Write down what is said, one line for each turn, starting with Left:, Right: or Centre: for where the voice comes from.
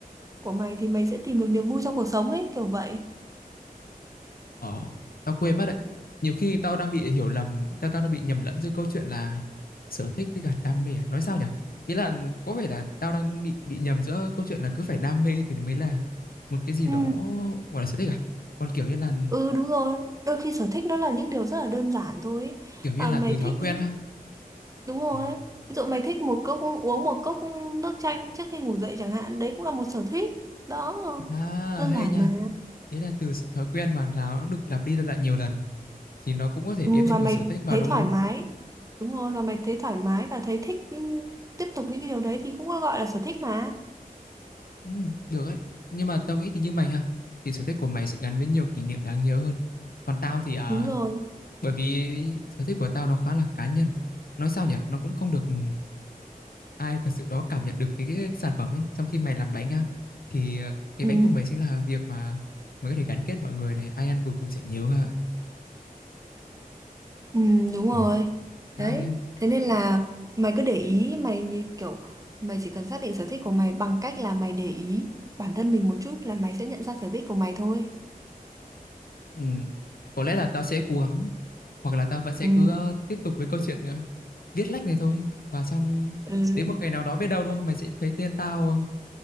Right: của mày thì mày sẽ tìm được niềm vui trong cuộc sống ấy kiểu vậy
Left: Ờ, tao quên mất đấy. Nhiều khi tao đang bị hiểu lầm, tao tao đang bị nhầm lẫn giữa câu chuyện là sở thích với cả đam mê à? Nói sao nhỉ? Ý là có vẻ là tao đang bị bị nhầm giữa câu chuyện là cứ phải đam mê thì mới là một cái gì
Right: Ừ.
Left: đó gọi là sở thích à? Còn kiểu như là
Right: ừ đúng rồi đôi khi sở thích nó là những điều rất là đơn giản thôi ấy.
Left: kiểu như
Right: mà
Left: là
Right: mày
Left: từ thói
Right: thích
Left: quen ha.
Right: đúng rồi
Left: Ờ.
Right: ấy. ví dụ mày thích một cốc uống một cốc nước chanh trước khi ngủ dậy chẳng hạn đấy cũng là một sở thích đó
Left: À,
Right: đơn
Left: hay
Right: giản
Left: nha.
Right: mà
Left: Ý là từ thói quen mà nó được lặp đi lặp lại nhiều lần thì nó cũng có thể
Right: ừ,
Left: biến thành
Right: và mày
Left: một sở thích mà
Right: thấy
Left: đúng
Right: thoải
Left: không?
Right: mái đúng rồi và mày thấy thoải mái và thấy thích ừ, tiếp tục những cái điều đấy thì cũng gọi là sở thích mà
Left: Ừ, được ấy. Nhưng mà tao nghĩ thì như mày ha, thì sở thích của mày sẽ gắn với nhiều kỷ niệm đáng nhớ hơn. Còn tao thì à,
Right: đúng rồi
Left: bởi vì sở thích của tao nó khá là cá nhân. Nói sao nhỉ, nó cũng không được ừ, ai thật sự đó cảm nhận được cái, cái sản phẩm ấy. Trong khi mày làm bánh ha thì ờ, cái
Right: ừ.
Left: bánh của mày chính là việc mà mày có thể gắn kết mọi người này, ai ăn rồi cũng sẽ nhớ ha.
Right: Ừ, đúng rồi.
Left: ồ Khác
Right: Đấy,
Left: đấy.
Right: thế nên là mày cứ để ý, mày như kiểu mày chỉ cần xác định sở thích của mày bằng cách là mày để ý bản thân mình một chút là mày sẽ nhận ra sở thích của mày thôi.
Left: Ừ, có lẽ là tao sẽ cố gắng hoặc là tao vẫn sẽ
Right: Ừ,
Left: cứ ờ, tiếp tục với câu chuyện ờ, viết lách này thôi và xong
Right: ừ,
Left: đến một ngày nào đó biết đâu đúng không mày sẽ thấy tên tao